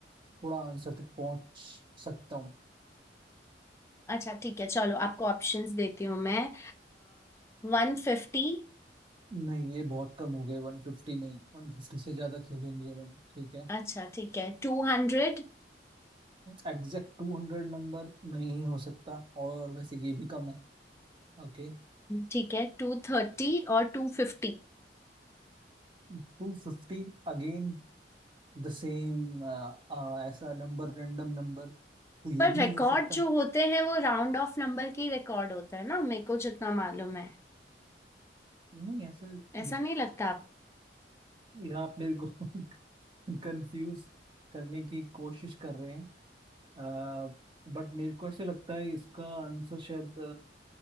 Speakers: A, on the right; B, on the left.
A: थोड़ा आंसर तक पहुंच सकता हूँ
B: अच्छा ठीक है चलो आपको ऑप्शंस देती हूँ मैं One fifty
A: नहीं ये बहुत कम हो गए 150 नहीं 150 से ज्यादा खेलेंगे उन्होंने ठीक है
B: अच्छा ठीक है टू हंड्रेड
A: एग्जैक्ट 200 नंबर नहीं हो सकता और वैसे ये भी कम है ओके
B: ठीक है टू थर्टी और टू फिफ्टी
A: 250 अगेन द सेम ऐसा नंबर रैंडम नंबर तो
B: पर
A: ये भी
B: रिकॉर्ड
A: नहीं हो सकता
B: जो होते हैं वो राउंड ऑफ नंबर के रिकॉर्ड होता है ना मेरे को जितना मालूम है
A: नहीं ऐसा
B: ऐसा
A: भी-
B: नहीं लगता आप
A: ये आप मेरे को <laughs> कंफ्यूज करने की कोशिश कर रहे हैं बट मेरे को ऐसा लगता है इसका आंसर शायद